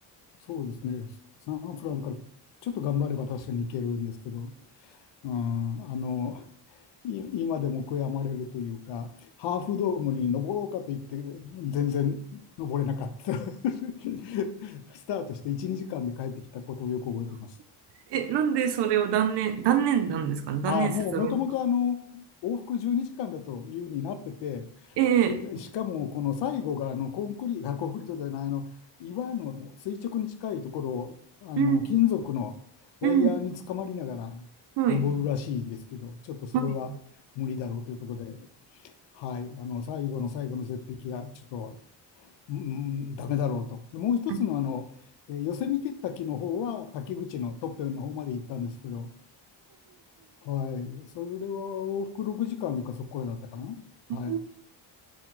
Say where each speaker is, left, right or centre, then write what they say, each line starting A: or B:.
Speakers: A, on the left; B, on the right.
A: そうですね。サンフランからちょっと頑張れば確かに行けるんですけど、うん、あの、い今でも悔やまれるというか、ハーフドームに登ろうかと言って、全然登れなかった。<laughs> スタートして1、2時間で帰ってきたことをよく覚えています。
B: え、なんでそれを断念、断念なんですかね。断念せざるを得なかっ
A: ああ、もう、もともとあの、往復12時間だというになってて、
B: た。
A: それで、
B: ええ
A: しかも、この最後が、あの、コンクリ、あ、コンクリートじゃない、あの、岩の垂直に近いところを、あの、
B: うん、
A: 金属のワイヤーにつかまりながら登るらしいんですけど、
B: うん。はい。
A: ちょっとそれは無理だろうということで、
B: はい。
A: はい、あの、最後の最後の絶壁が、ちょっと、うん、ダメだろうと。でもう一つの、
B: う
A: あの、えーヨセミテッタキの方は、滝口のトッペンの方まで行ったんですけど、はい。それは往復6時間かんかそこらだったかな。はい。
B: ん